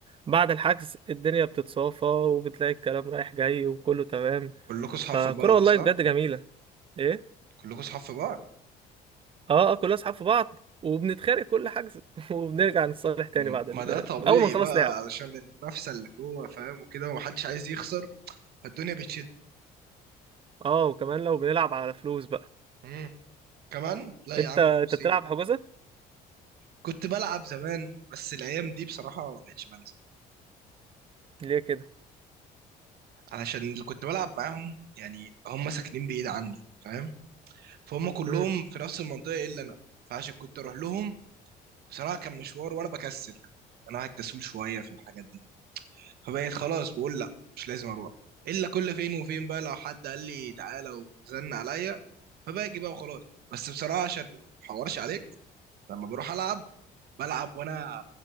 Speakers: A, on the right; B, on the right.
A: بعد الحجز الدنيا بتتصافى وبتلاقي الكلام رايح جاي وكله تمام
B: كلكم صحاب
A: فكرة
B: في بعض
A: والله
B: صح؟
A: بجد جميله ايه
B: كلكم صحاب في بعض
A: اه اه كلنا اصحاب في بعض وبنتخانق كل حجز <laughs> وبنرجع نتصالح تاني
B: م-
A: بعد
B: ما
A: ال...
B: ده طبيعي
A: اول ما نخلص
B: بقى
A: لعب
B: علشان المنافسة اللي جوه فاهم وكده ومحدش عايز يخسر فالدنيا بتشد
A: اه وكمان لو بنلعب على فلوس بقى
B: امم كمان لا
A: انت
B: يا عم
A: انت
B: فلوس
A: بتلعب
B: إيه؟
A: حجوزه
B: كنت بلعب زمان بس الأيام دي بصراحة ما بقتش بنزل
A: ليه كده
B: علشان اللي كنت بلعب معاهم يعني هم ساكنين بعيد عني فاهم؟ فهم كلهم
A: امم
B: في نفس المنطقة إلا أنا فعشان كنت أروح لهم بصراحه كان مشوار وانا بكسل كمان انا قاعد كسول شويه في الحاجات دي فبقيت خلاص بقول لا مش لازم اروح الا كل فين وفين بقى لو حد قال لي تعالى وزن عليا فباجي بقى وخلاص بس بصراحه عشان ما احورش عليك لما بروح العب بلعب وانا